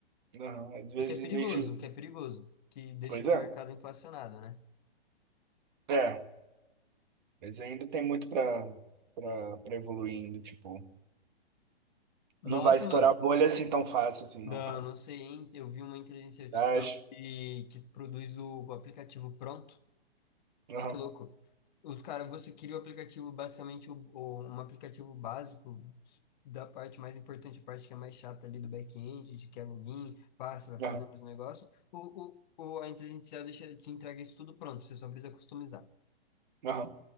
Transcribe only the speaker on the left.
O que é perigoso,
o que é perigoso, que deixa
o
mercado inflacionado, né?
Nossa,
mano.
Não,
não sei, hein? Eu vi uma inteligência artificial
que, que produz o aplicativo pronto.
Você é louco. O cara, você cria o aplicativo, basicamente, o, o- um aplicativo básico da parte mais importante, a parte que é mais chata ali do back-end, de que é login, passa, vai fazendo
os negócios. O, o, o- a inteligência artificial deixa, te entrega isso tudo pronto, você só precisa customizar.